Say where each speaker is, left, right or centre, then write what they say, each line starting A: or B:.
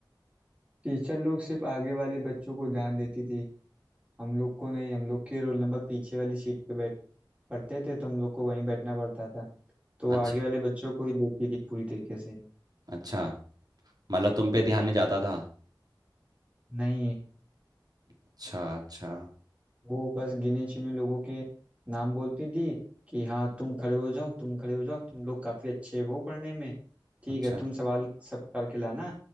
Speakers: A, on the right; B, on the right.
A: टीचर लोग सिर्फ आगे वाले बच्चों को ध्यान देती थी हम लोग को नहीं हम लोग के रोल नंबर पीछे वाली सीट पे बैठ पढ़ते थे तो हम लोग को वहीं बैठना पड़ता था तो
B: अच्छा
A: आगे वाले बच्चों को ही देखती थी पूरी तरीके से
B: अच्छा मतलब तुम पे ध्यान नहीं जाता था
A: नहीं
B: अच्छा अच्छा
A: वो बस गिने चुने लोगों के नाम बोलती थी कि हाँ तुम खड़े हो जाओ तुम खड़े हो जाओ तुम लोग काफ़ी अच्छे हो पढ़ने में ठीक
B: अच्छा
A: है तुम सवाल सब करके लाना